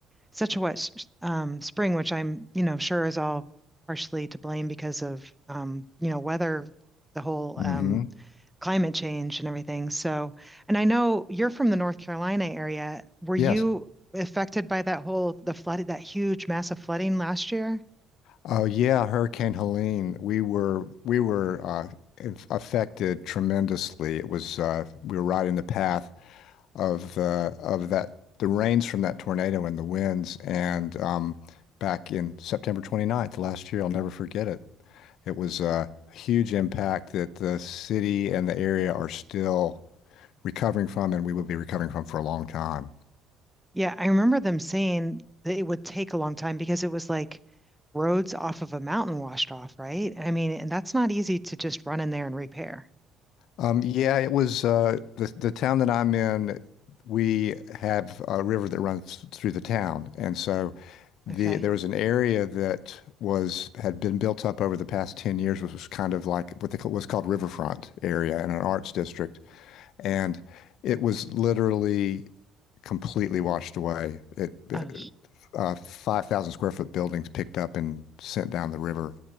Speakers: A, in the centre; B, on the left.
A: such a wet s- um, spring, which I'm you know sure is all partially to blame because of um, you know weather, the whole
B: hmm
A: um, climate change and everything. So, and I know you're from the North Carolina area. Were you
B: Yes.
A: affected by that whole the flood, that huge massive flooding last year?
B: Oh, yeah, Hurricane Helene. We were we were uh, inf- affected tremendously. It was uh, we were right in the path. of the of that the rains from that tornado and the winds. And um, back in September twenty ninth last year, I'll never forget it. It was uh, a huge impact that the city and the area are still recovering from, and we will be recovering from for a long time.
A: Yeah, I remember them saying that it would take a long time because it was like roads off of a mountain washed off, right? I mean, and that's not easy to just run in there and repair.
B: Um, yeah, it was uh, the the town that I'm in. We have a river that runs through the town, and so the
A: Okay.
B: there was an area that was had been built up over the past 10 years which was kind of like what they call, was called riverfront area in an arts district and it was literally completely washed away it it,
A: Oh,
B: uh, 5,000 square foot buildings picked up and sent down the river